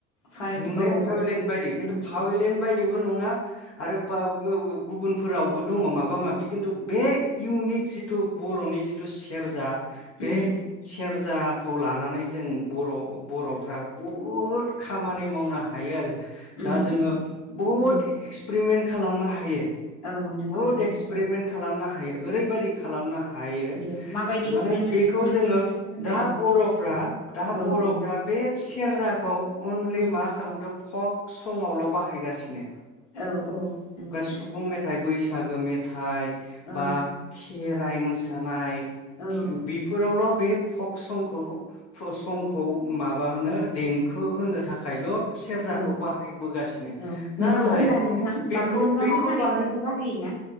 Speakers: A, on the left (about 70°); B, on the left (about 40°).
A: फाइन
B: नुनायाव
A: औ
B: पावेलेण्ड
A: औ औ
B: बायदि खिन्थु
A: नंगौ
B: पावेलेण्ड बायदिबो नङा आरो पा ओ गोओ गुबुनफोरावबो दङ माबा माबि खिन्थु बे इउनिक जिथु बर'नि जिथु सेरजा बे
A: उम
B: सेर जाखौ लानानै जों बर' बर'फ्रा बहुद खामानि मावनो हायो आरो।
A: उम
B: दा जोङो
A: उम
B: बहुद
A: उम
B: एक्सपिरिमेन्ट खालामनो हायो।
A: औ नंगौ
B: बहुद
A: नोंथां
B: एक्सपेरिमेन्ट
A: औ
B: खालामनो हायो ओरैबायदि खालामनो हायो
A: दे माबायदि एक्सपेरिमेन्ट
B: माने बेखौ
A: खालामनो हायो
B: जोङो
A: नोंथाङा फोरमाय
B: दा
A: औ
B: बर'फ्रा दा
A: औ
B: बर'फ्रा
A: औ
B: बे सेरजाखौ अनलि
A: उम
B: मा खालामदों फक संआवल' बाहायगासिनो।
A: औ औ नंगौ
B: बा सुबुं
A: नोंथां
B: मेथाइ बैस बैसागो मेथाइ
A: औ
B: बा खे राइ मोसानाय
A: औ
B: खे बेफोरावल' बे फक संखौ फ संखौ माबानो
A: औ
B: देंख हो होनो थाखायल' सेरजाखौ
A: औ
B: बाहायबोगासिनो
A: औ
B: नाथाय
A: नोंगौ अब्ला नोंथां
B: बेखौ
A: बागुरुम्बा
B: बेखौ
A: मोसानायाव
B: बाह
A: बेखौ बाहायोना